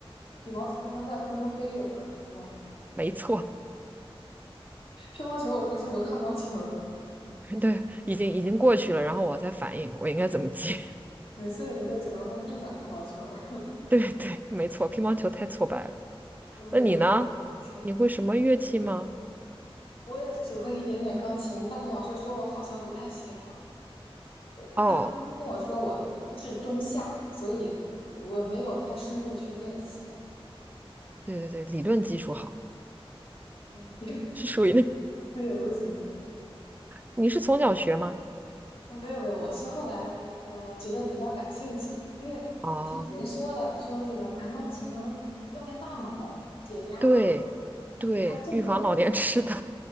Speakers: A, on the left (about 70°); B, on the right (about 15°).
A: <laughs> 羽毛球还能在空中飞一会儿，是吧？
B: 没错，
A: 乒乓球我估计你都看不着球。
B: <laughs> 对，已经已经过去了，然后我再反应我应该怎么接。
A: 每次你都只能在地上看到球儿。
B: <laughs> 对对，没错，乒乓球太挫败了。
A: <laughs> 嗯，
B: 那你呢？
A: 我是，
B: 你会什么乐器吗？
A: 我也只会一点点钢琴，但是老师说我好像不太协调，不太他他跟我说我资质中下，
B: 哦，
A: 所以我没有太深入去练习了
B: 对对对，理论基础好，
A: 嗯，<laughs>
B: 是属于那。
A: 我也不行。
B: <laughs> 你是从小学吗？
A: <laughs> 啊没有没有，我是后来呃觉得比较感兴趣，因为我听谁说的，
B: 哦，
A: 说这个弹钢琴能锻炼大脑、解压，
B: 对对，
A: 因为它震动。
B: 预防老年痴呆